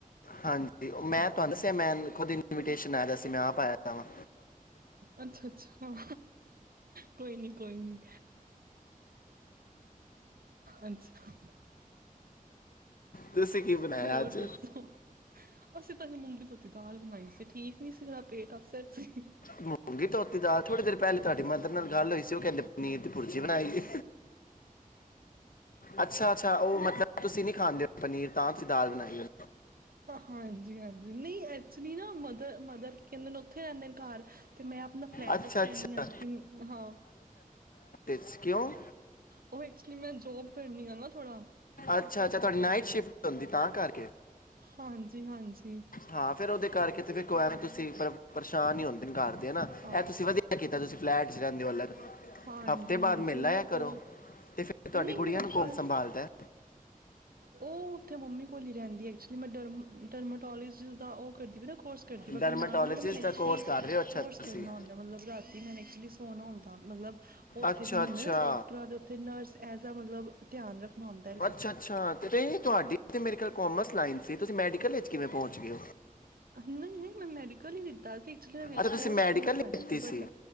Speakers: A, on the left; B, on the right.
A: ਹਾਂਜੀ ਮੈਂ ਤੁਹਾਨੂੰ ਦੱਸਿਆ ਮੈਂੁਦਨ ਇਨੇਸ਼ਨ ਆਇਆ ਸੀ ਮੈਂ ਆਪ ਆਇਆ ਜਾ ਵਾ
B: ਅੱਛਾ ਅੱਛਾ ਕੋਈ ਨੀ ਕੋਈ ਨੀ ਅੱਛਾ <inaudible>
A: ਤੁਸੀਂ ਕੀ ਬਣਾਇਆ
B: ਹੋਰ
A: ਅੱਜ
B: ਦੱਸੋ ਅਸੀਂ ਤੁਹਾਨੂੰ ਮੰਮੀ ਤੋਂੋ ਦੀ ਦਾਲ ਬਣਾਈ ਸੀ ਠੀਕ ਸੀ ੜਾ ਪੇਟ ਅਪਸੈਟ ਸੀ
A: ਮੂੰਗੀ ਧੋਤੀ ਦ ਥੋੜ੍ਹੀ ਦੇਰ ਪਹਿਲੇ ਤੁਹਾਡੀ ਮਦਰ ਨਾਲ ਗੱਲ ਹੋਈ ਸੀ ਉਹ ਕਹਿੰਦੇ ਪਨੀਰ ਦੀ ਪੁਰਜੀ ਬਣਾਈ ਅੱਛਾ ਅੱਛਾ ਉਹ ਮਤਲਬ ਤੁਸੀਂ ਨੀ ਖਾਂਦੇ ਹੋ ਪਨੀਰ ਤਾਂ ਤੁਸੀਂ ਦਾਲ ਬਣਾਈ ਹੋ
B: ਹਾਂਜੀ ਹਾਂਜੀ ਨਹੀਂ ਅੱਛਾ ਨਾ ਮਦਰ ਕੀ ਕਹਿੰਦੇ ਨੇ ਉੱਥੇ ਰਹਿੰਦੇ ਨੇ। ਘਰ ਤੇ ਮੈਂ ਆਪਣਾ ਫਲੈਟ
A: ਅੱਛਾ
B: ਵਿੱਚ
A: ਅੱਛਾ
B: ਰਹਿੰਦੀ ਹਾਂ ਕਿਉਂਕਿ ਹਾਂ।
A: ਇਚ ਕਿਉਂ
B: ਉਹ ਐਕਚੁਲੀ ਮੈਂ ਜੋਬ ਕਰਨੀ ਆ ਨਾ ਥੋੜ੍ਹਾ
A: ਅੱਛਾ-ਅੱਛਾ ਤੁਹਾਡੀ ਨਾਈ ਸ਼ਿਫਟ ਹੁੰਦੀ ਤਾਂ ਕਰ
B: ਹਾਂਜੀ-ਹਾਂਜੀ
A: ਹਾਂ ਫੇਰ ਉਹਦੇ ਕਰਕੇ ਤੇ ਫੇ ਕੋ ਐਵੇਂ ਤੁਸੀਂ ਪਰੇਸ਼ਾਨ ਹੀ ਹੁੰਦੇ ਘਰ ਦੇ ਹਨਾ
B: ਹਾਂ
A: ਇਹ ਤੁਸੀਂ ਵਧੀਆ ਕੀਤਾ ਤੁਸੀਂ ਐਡਸ ਰਹਿੰਦੇ ਹੋ ਅਲੱਗ।
B: ਹਾਂਜੀ
A: ਹਫ਼ਤੇ
B: ਹਾਂਜੀ
A: ਬਾਅਦ ਮਿਲ
B: ਉਹੀਓ
A: ਆਯਾ
B: ਫਿਰ
A: ਕਰੋ ਤੇ ਫਿਰ ਤੁਹਾਡੀ
B: ਨਹੀਂ
A: ਗੁੜੀਆ
B: ਮੈਂ ਹੁਣ
A: ਨੂੰ ਕੌਣ
B: ਕੱਲ੍ਹ
A: ਸੰਭਾਲਦਾ।
B: ਉਹ ਉੱਥੇ ਮੰਮੀ ਕੋਲ ਹੀ ਰਹਿੰਦੀ ਐਕਚੁਲੀ ਮੈਂ ਡਰਮ ਡਰਮਾਟੋਲੀਸ ਦਾ ਉਹ ਕਰਦੀ ਵੀ ਨਾ ਕੋਰਸ ਕਰਦੀ ਵਾ
A: ਡਰਮੇਟੋਲੋਜਿਸਟ
B: ਫਿਰ ਨਾਲ -ਨਾਲ ਨਾ ਮੈਨੂੰ ਐਕਚੁਲੀ
A: ਦਾ ਕੋਰਸ ਕਰ ਰਹੇ ਹੋ ਅੱਛਾ
B: ਕੋਰਸ
A: ਤੁਸੀਂ
B: ਕਰਨਾ ਹੁੰਦਾ ਮਤਲਬ ਰਾਤੀ ਮੈਨੂੰ ਐਕਚੁਲੀ ਸੋਣਾ ਹੁੰਦਾ ਮਤਲਬ ਉਹ ਉੱਥੇ
A: ਅੱਛਾ
B: ਜਿਵੇਂ
A: ਅੱਛਾ
B: ਹੁੰਦਾ ਨਾ ਡੋਕਟਰਾਂ ਅਤੇ ਉੱਥੇ ਨਰਸ ਐਜ ਆ ਮਤਲਬ ਧਿਆਨ ਰੱਖਣਾ ਹੁੰਦਾ।
A: ਅੱਛਾ-ਅੱਛਾ ਤੇ ਤੁਹਾਡੀ ਤੇ ਮੇਰ ਖਿਆਲ ਕਾਮਰਸ ਲਾਈਨ ਸੀ ਤੁਸੀਂ ਮੈਡੀਕਲ ਵਿੱਚ ਕਿਵੇਂ ਪਹੁੰਚ ਗਏ ਹੋ?
B: ਨਹੀਂ-ਨਹੀਂ ਮੈਂ ਮੈਡੀਕ ਕੱਲ ਹੀ ਲਿਤਾ ਸੀ। ਐਕਚੁਲੀ ਮੈਂ ਵਿੱਚ
A: ਅੱਛਾ ਤੁਸੀਂ
B: ਕੋਰਸ
A: ਮੈਡੀਕਲ
B: ਚੇਂਜ ਕਰ ਲਿਆ
A: ਲਿਤੀ ਸੀ
B: ਬਟ